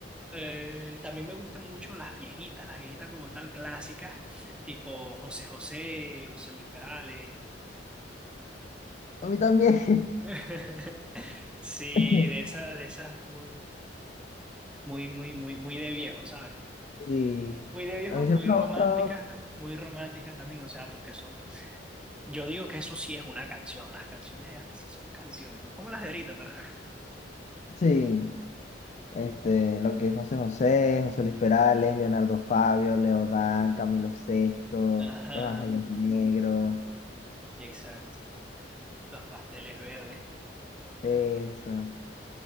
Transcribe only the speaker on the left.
A mí también.
<laughs>
Sí.
A mí
siempre me
ha gustado.
Sí. Este, lo que es José José, José Luis Perales, Leonardo Fabio, Leodán, Camilo Sesto,
Los Ángeles Negros,
eso.